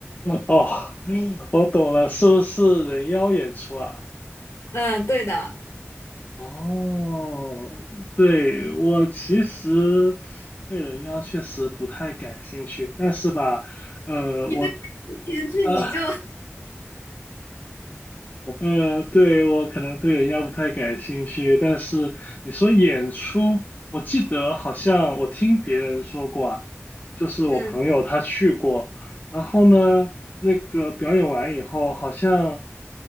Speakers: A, on the left; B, on the left.
A: 哦，我懂了，是不是人妖演出啊？
B: 嗯，对的。
A: 哦，对，
B: 嗯。
A: 我其实对人妖确实不太感兴趣，但是吧，呃，
B: 你对
A: 我
B: 你去你就
A: 呃呃，对，我可能对人妖不太感兴趣，但是你说演出，我记得好像我听别人说过啊，就是我朋友他去过，
B: 嗯
A: 然后呢，那个表演完以后，好像。